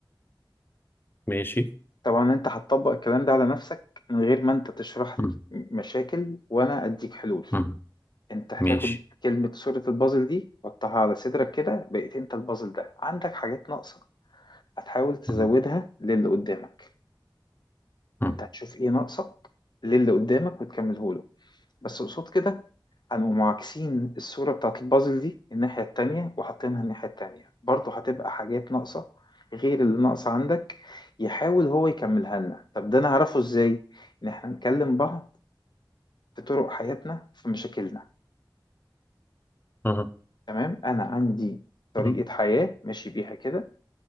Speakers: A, on the left (about 25°); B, on the left (about 60°).
A: ماشي
B: طبعا انت هتطبق الكلام ده على نفسك من غير ما انت تشرح
A: مم.
B: لي مشاكل وانا اديك حلول
A: مم.
B: انت هتاخد
A: ماشي
B: كلمة صورة البازل دي وتحطها على صدرك كده بقيت انت البازل ده عندك حاجات ناقصة هتحاول تزودها
A: مم.
B: للي قدامك
A: مم.
B: انت هتشوف ايه ناقصك للي قدامك وتكمله له بس قصاد كده هنقوم معاكسين الصورة بتاعت البازل دي الناحية التانية وحاطينها الناحية التانية برضه هتبقى حاجات ناقصة غير اللي ناقصة عندك يحاول هو يكملها لنا طب ده نعرفه ازاي ان احنا نكلم بعض في طرق حياتنا في مشاكلنا
A: مم.
B: تمام انا عندي طريقة
A: مم.
B: حياة ماشي بيها كده